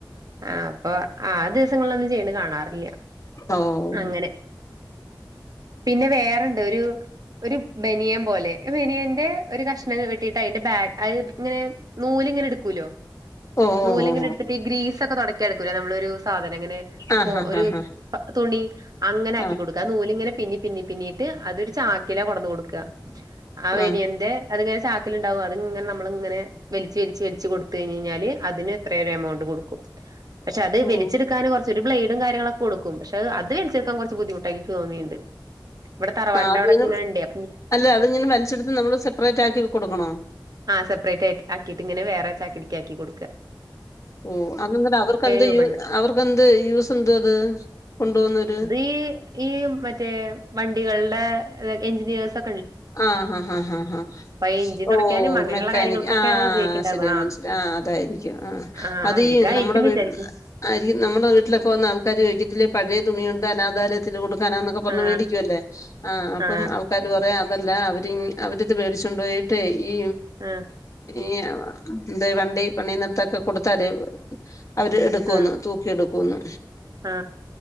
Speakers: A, on the right (about 50°); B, on the left (about 40°).
A: ആഹ് പ്പൊ ആ ദിവസങ്ങളിലൊന്നും ചെയ്യ്ന്ന കാണാറില്ല
B: ഓഹ്
A: അങ്ങനെ പിന്നെ വേറെണ്ടൊരു ഒരു ബെനിയൻ പോലെ ആ ബെനിയന്റെ ഒരു കഷ്ണം വെട്ടിയിട്ട് അയിന്റെ ബേക്ക്‌ അയ് ഇങ്ങനെ നൂലിങ്ങനെ എടുക്കൂലൊ
B: ഓ ഓ
A: നൂലങ്ങനെ
B: ഓ
A: എടുത്തിട്ട്
B: ഓ
A: ഗ്രീസൊക്കെ തൊട യ്ക്കാൻ എടുക്കൂലെ നമ്മളൊരു സാധനങ്ങനെ സ്പോ
B: ആഹ് ആഹ്
A: ഒരു
B: ആഹ്
A: തുണി അങ്ങനെ ആക്കി
B: ആഹ്
A: കൊടു ക്കാ ആ നൂലിങ്ങനെ പിന്നി പിന്നി പിന്നീട്ട് അതൊരു ചാക്കില കൊണ്ടന്ന് കൊട്ക്ക ആ ബനിയന്റെ
B: ആഹ് ആഹ്
A: അതിങ്ങനെ ചാക്കില്ണ്ടാവും അതിങ്ങനെ നമ്മള്ങ്ങനെ വലിച്ച് വലിച്ച് വലിച്ച് കൊടുത്ത് ക ഴിഞ്ഞ് കയിഞ്ഞാല് അതിന് ഇത്രെരെ എമൗണ്ട് കൊടുക്കും പക്ഷെ അത്
B: ഓ
A: വലിച്ചെടുക്കൻ കൊറച്ച് ഒരു ബ്ലഡും കാര്യങ്ങളൊക്കെ കൊടുക്കും പക്ഷെ അത് വലിച്ചെടുക്കൻ കൊറച്ച് ബുദ്ധിമുട്ടായി ഇന്ക്ക് തോന്നിട്ട്ണ്ട്. ഇവടെ തറവാടിന്റെ
B: ആഹ് അതിങ്ങനെ
A: അവിടെക്കെങ്ങനെണ്ടേ അപ്പോ
B: അല്ല അതിങ്ങനെ വലിച്ചെടുത്ത് നമ്മള് സെപ്പറേറ്റ് ആക്കി കൊടുക്കണോ?
A: ആഹ് സെപ്പറേറ്റ് ആയി ആക്കിട്ടിങ്ങനെ വേറെ ചാക്കിൽക്കാക്കി കൊടുക്കാ
B: ഓഹ് അതെന്തിനാ അവർക്കെന്ത്
A: രൂപണ്ട്
B: യൂ അവർക്കെന്ത് യൂസ് എന്തുവാ അത് കൊണ്ട് പോകുന്നത്
A: ഈയ്യ് ഈയ്യ് മറ്റേ വണ്ടികളുടെ എഞ്ചിനീയേഴ്സൊ
B: ആഹ് ആഹ് ആഹ് ആ ഹ്
A: ഈ എഞ്ചിൻ തുടയ്ക്കാനും
B: ഓഹ്
A: അങ്ങനെയുള്ള
B: മെ ക്കാനിക്ക്
A: കാര്യങ്ങൾക്കൊക്കെ
B: ആഹ്
A: ഉപയോഗിക്കണ്ടാവ
B: ശെരി ആ മനസ്സില ആ അതായിരിക്കും ആഹ്
A: ആ
B: അതീ
A: അവർക്കായിരിക്കുംന്ന്
B: നമ്മുടെ വീടുകളില്
A: വിചാരിക്കുന്നു
B: ആരിം നമ്മുടെ വീട്ടിലൊക്കെ വന്ന ആൾക്കാര് ചോദിക്കത്തില്ലേ പഴയ തുണിയുണ്ടോ അനാഥാലയ ത്തില് കൊടുക്കാനന്നൊക്കെ പറഞ്ഞ്
A: ആ
B: മേടിക്കുവല്ലേ ആഹ് അപ്പം
A: ആ
B: ആൾക്കാര് പറയാ ല്ല അവരി അവരിത് മേടിച്ചൊണ്ടോയിട്ടെ ഈ
A: ആ
B: ഈ ആഹ് എന്ത് വണ്ടി പണി ത്തൊക്കെ കൊടുത്താല് അവര് എടുക്കുവോന്ന്
A: ആ
B: തൂ ക്കി എടുക്കൂന്ന്,
A: ആ